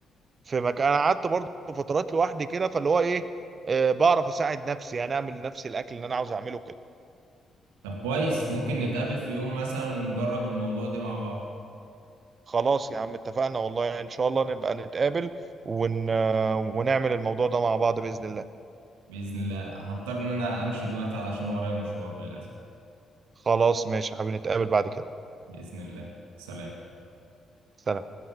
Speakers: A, on the right (about 45°); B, on the right (about 80°).
A: في مكان انا قعدت برضه فترات لوحدي كده فاللي هو ايه آه بعرف اساعد نفسي يعني اعمل لنفسي الاكل اللي انا عاوز اعمله كده
B: طب كويس ممكن نتقابل في يوم مثلا ونجرب الموضوع ده مع بعض
A: خلاص يا عم اتفقنا والله ان شاء الله نبقى نتقابل ون... آه، ونعمل الموضوع ده مع بعض باذن الله
B: بإذن الله هضطر ان انا امشي دلوقتي علشان ورايا مشوار للأسف
A: خلاص ماشي يا حبيبي نتقابل بعد كده
B: بإذن الله سلام
A: سلام